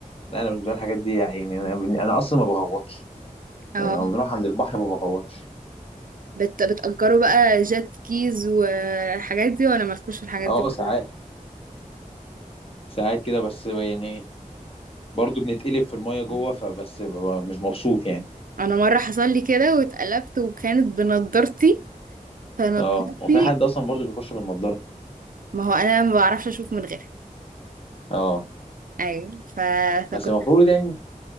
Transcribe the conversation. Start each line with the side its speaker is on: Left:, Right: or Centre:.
Left: لا انا بالنسبه لي الحاجات دي يعني انا انا اصلا ما بغوطش
Right: اه
Left: يعني لما بنروح عند البحر ما بغوطش
Right: بت... بتأجروا بقى جات كيز والحاجات دي ولا مالكوش في الحاجات
Left: اه
Right: دي برضه؟
Left: ساعات ساعات كده بس يعني برضه بنتقلب في المية جوه فبس ببقى مش مبسوط يعني
Right: انا مرة حصل لي كده واتقلبت وكانت بنضارتي فنضارتي
Left: اه هو في حد اصلا برضه بيخش بالنضارة
Right: ما هو انا ما بعرفش اشوف من غيرها
Left: اه
Right: ايوه ف... فكنت
Left: بس المفروض يعني